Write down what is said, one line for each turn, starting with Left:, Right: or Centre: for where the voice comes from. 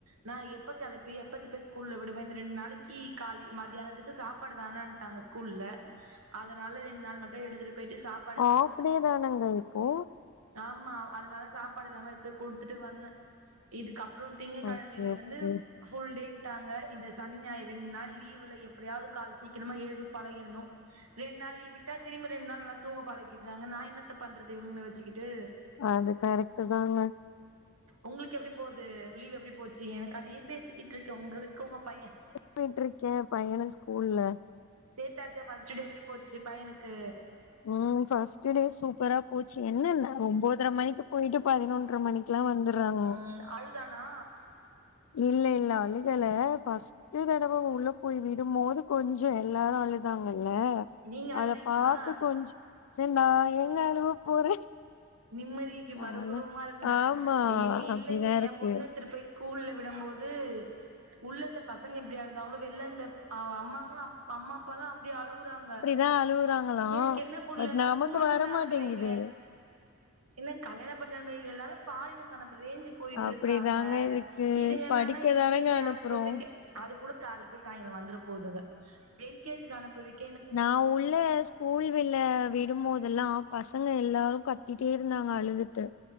Right: நா எப்ப கெளப்பி எப்பத்துட்ட ஸ்கூல்ல விடுவே இந்த ரெண்டு நாளைக்கு காலில மத்தியானத்துக்கு சாப் பாடு வேணான்ட்டாங்க ஸ்கூல்ல அதனால ரெண் நாள் மட்டு எடுத்துட்டு போயிட்டு சாப்
Left: ஆ ஆஃப்டே தானங்க இப்போ
Right: ஆமா அதனால சாப்பாடு இல்லாம எத்து போய் குடுத்துட்டு வந்த இதுக்கப்பறோ திங்க்கெழமைல
Left: ஓகே
Right: இருந்து
Left: ஓகே
Right: ஃபுல் டேன்ட்டாங்க இந்த சனி ஞாயிறு ரெண்டு நாள் லீவுல எப்டியாவ்து கால சீக்கிரமா எழுப்பி பழகிரணு ரெண் நாள் லீவு விட்டா திரிம்ப ரெண் நாள் நல்லா தூங்க பழகிடுறாங்க நா என்னத்த பண்றது இவ்லுங்கள வச்சுகிட்டு
Left: அது கரைட்டு தாங்க
Right: உங்களுக்கு எப்டி போகுது லீவ் எப்டி போச்சு என கதயே பேசிக்கிட்டுருக்க உங்களுக்கு உங்க பைய
Left: போட்டுருக்கே பையன ஸ்கூல்ல
Right: சேத்தாச்சா ஃபர்ஸ்டு டே எப்டி போச்சு பையனுக்கு
Left: ம் ஃபஸ்ட் டே சூப்பரா போச்சு என்னன்னா ஒம்போதர மணிக்கு போயிட்டு பதினொன்ற மணிக் க்லா வந்துறாங்க
Right: ஆ அழுதானா
Left: இல்ல இல்ல அழுகல ஃபஸ் ட்டு தடவ உள்ள போய் விடும்போது கொஞ்சோ எல்லாரு அழுதாங்கல்ல
Right: நீங்க அழுதீங்களா
Left: அத பாத்து கொஞ்சொ சர் நா ஏங்க அழுவ போறே
Right: நிம்மதிக்கு
Left: நாலா
Right: மறுஉருவமா இருப்ப நா
Left: ஆமா
Right: யய்யோ இல்லங்க
Left: அப்டிதா
Right: ஏ
Left: இருக்கு
Right: பொண்ணு எடுத்துட்டு போய் ஸ் கூல்ல விடம்போது உள்ளந்த பசங்க எப்டி அழுதாங்களோ வெள்லந்த அவ அம்மாங்களு அப் பா அம்மா அப்பால்லா அப்டி அழுவுறாங்க
Left: தா அழுவுறாங்கல
Right: எனக்கு என்ன புரியலன்னா
Left: பட் நமக்கு
Right: ஸ்கூலுக்கு
Left: வரமாடிங்குதே
Right: தான அனுப்புறீங்க என்ன கல்யாணோ பண்ண நம்ம எல்லாரு ஃபாரினுக்கு அனுப்புற ரேஞ்சு போயிட்டு
Left: அப்டிதாங்க
Right: இருக்காங்க
Left: இருக்கு
Right: இதுங்க
Left: படிக்கதானங்க
Right: என்னன்னா எல் கே ஜி
Left: அனுப்புறோ
Right: அனுப்பதுக்கே அது கூட கால்ல போய் சாய்ந்தரோ வந்துற போதுங்க எல் கே ஜி க்கு அனுப்புறதுக்
Left: நா உள்ள ஸ்கூல் விள்ள விடும்போதுல்லா பசங்க எல்லாரு கத்திட்டே இருந்தாங்க அழுதுட்டு